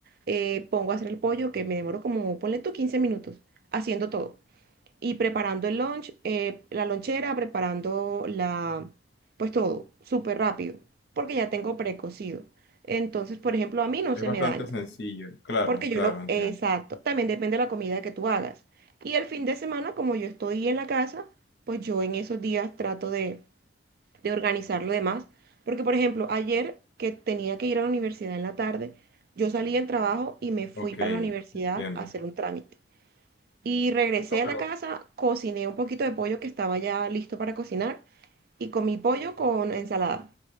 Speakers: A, on the right (about 55°); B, on the left (about 70°).
A: eh, pongo a hacer el pollo, que me demoro como, ponle tú 15 minutos, haciendo todo y preparando el lunch, eh, la lonchera, preparando la, pues todo, súper rápido, porque ya tengo precocido. Entonces, por ejemplo, a mí no
B: Es
A: se
B: bastante
A: me daña,
B: sencillo. Claro,
A: porque yo
B: claro,
A: lo,
B: entiendo.
A: exacto, también depende de la comida que tú hagas. Y el fin de semana, como yo estoy en la casa, pues yo en esos días trato de, de organizar lo demás, porque por ejemplo, ayer que tenía que ir a la universidad en la tarde, yo salí del trabajo y me fui
B: Ok,
A: para la universidad
B: entiendo.
A: a hacer un trámite. Y regresé
B: No, pero
A: a la casa, cociné un poquito de pollo que estaba ya listo para cocinar y comí pollo con ensalada.